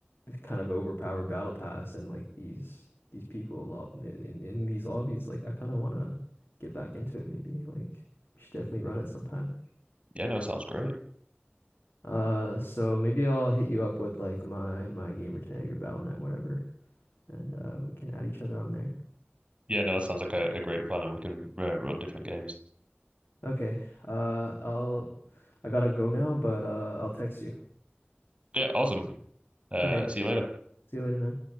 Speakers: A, on the left; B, on the right.
A: kind of overpowered battle pass and like these these people lo- in, in, in these lobbies like I kind of want to get back into it maybe like we should definitely run it sometime.
B: yeah, no, sounds great.
A: Uh so maybe I'll hit you up with like my my gamer tag or Battle.net whatever and uh we can add each other on there.
B: Yeah, no, that sounds like a, a great plan, and we can uh, run different games.
A: Okay. Uh, I'll I gotta go now, but uh, I'll text you.
B: Yeah, awesome. Uh,
A: Okay.
B: see you later.
A: See you later, man.